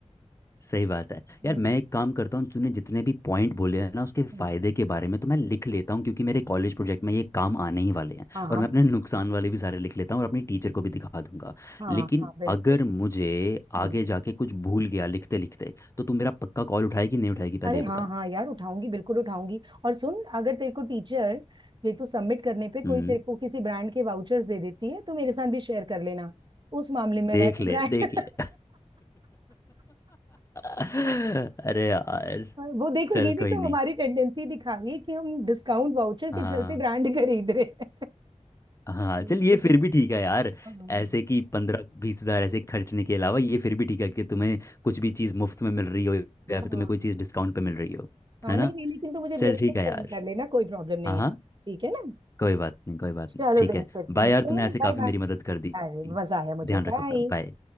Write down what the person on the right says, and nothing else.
हम्म
हम्म,
हाँ हाँ
हाँ
हाँ बिल्कुल
हम्म
अरे
हाँ
हाँ यार उठाऊंगी बिल्कुल उठाऊंगी और सुन अगर तेरे को टीचर ये तो सबमिट करने पे कोई
तेरे को किसी ब्रांड के वाउचर्स दे देती है तो मेरे साथ भी शेयर कर लेना उस मामले में
मैं भी
ब्रांड
<laughs> वो देखो
ये भी
तो
हमारी टेंडेंसी दिखा रही है कि हम डिस्काउंट वाउचर के
चलते ब्रांड खरीद रहे हैं
नहीं
नहीं
हाँ
हाँ
हाँ,
नहीं
नहीं लेकिन तू मुझे
बेशक
फोन
कर लेना कोई प्रॉब्लम नहीं
है ठीक है ना
चलो
देन
फिर
मिलते
हैं
बाय
बाय
हाँ जी मजा आया मुझे
बाय